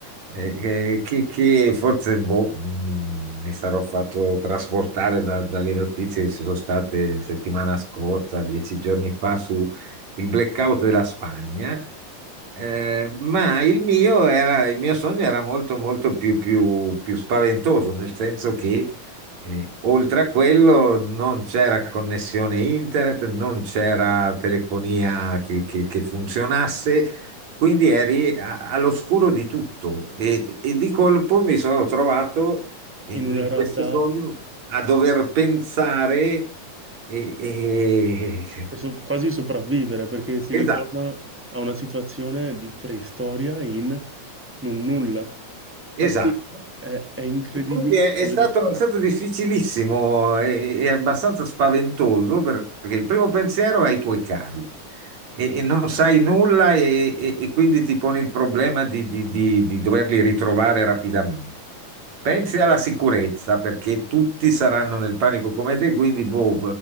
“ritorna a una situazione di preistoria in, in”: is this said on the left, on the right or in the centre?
Centre